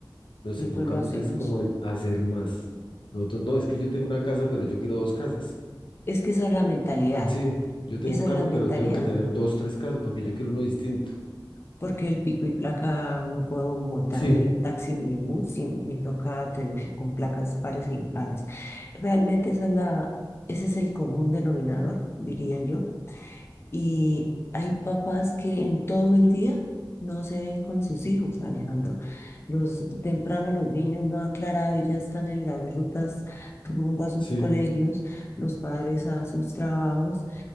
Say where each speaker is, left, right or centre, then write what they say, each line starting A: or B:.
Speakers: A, on the left; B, on the left.
A: nos
B: pues
A: enfocamos
B: no lo hacemos.
A: es como en hacer más. Nosotros, no, es que yo tengo una casa, pero yo quiero dos casas.
B: Es que esa es la mentalidad,
A: Sí, yo tengo
B: esa
A: un carro,
B: es la mentalidad.
A: pero tengo que tener dos, tres carros, porque yo quiero uno distinto.
B: porque el pico y placa no puedo montar
A: Sí,
B: hoy en taxi ni en bus, sin- me toca tener con placas pares e impares. Realmente esa es la, ese es el común denominador, diría yo. Y hay papás que en todo el día no se ven con sus hijos, Alejandro. Los temprano los niños no aclarado y ya están en las rutas rumbo a sus
A: sí,
B: colegios, los padres a sus trabajos.